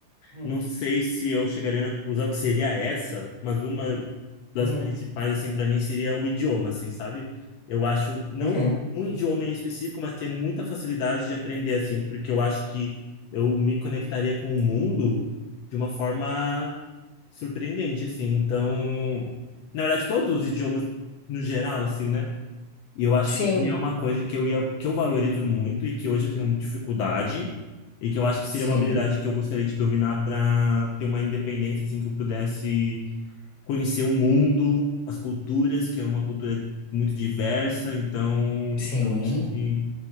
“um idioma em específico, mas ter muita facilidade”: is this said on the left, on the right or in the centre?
Left